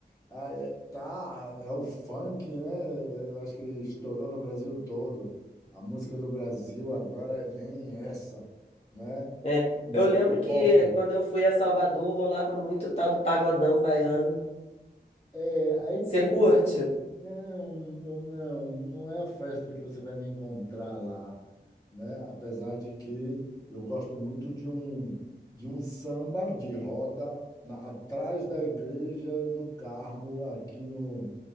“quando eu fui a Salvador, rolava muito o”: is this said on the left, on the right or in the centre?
Left